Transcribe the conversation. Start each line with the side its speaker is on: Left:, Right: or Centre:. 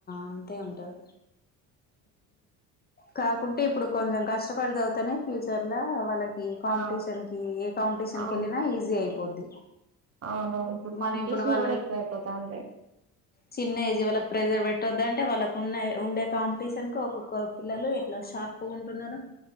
Left: అంతే ఉంటది కాకపోతే ఇప్పుడు కొంచెం కష్టపడిద అవుతనే ఫ్యూచర్ వాళ్ళకి కాంపిటీషన్
Right: ఆ
Left: కి ఏ కాంపిటీషన్
Right: అవును
Left: కీ ఈజీ అయిపోద్ది
Right: అవును
Left: మన
Right: కాంపిటీషన్
Left: ఇప్పుడు వాళ్ళ
Right: కూడా ఎక్కువ అయిపోతాంది
Left: చిన్న ఏజ్ వాళ్ళ ప్రెజర్ పెట్టొద్దంటే వాళ్ళకు ఉన్న ఉండే కాంపిటీషన్ క ఒక ఒక్కొక్క పిల్లలు ఎట్లా షార్ప్ ఉంటున్నారు